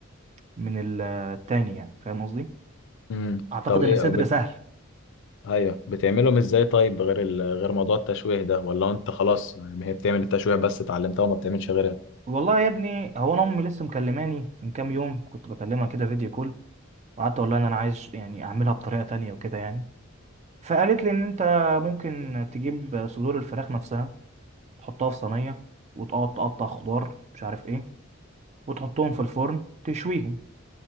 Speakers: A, on the right; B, on the left.
A: من التاني يعني فاهم قصدي
B: امم
A: اعتقد
B: طب
A: ان
B: ايه
A: الصدر
B: بت...
A: سهل
B: ايوه بتعملهم ازاي طيب غير ال... غير موضوع التشويه ده ولا انت خلاص يعني هي بتعمل التشويه بس اتعلمتها وما بتعملش غيرها
A: والله يا ابني هو انا امي لسه مكلماني من كام يوم كنت بكلمها كده فيديو كول وقعدت اقول لها ان انا عايز يعني اعملها بطريقه تانية وكده يعني فقالت لي ان انت ممكن تجيب صدور الفراخ نفسها تحطها في صينيه وتقعد تقطع خضار مش عارف ايه وتحطهم في الفرن تشويهم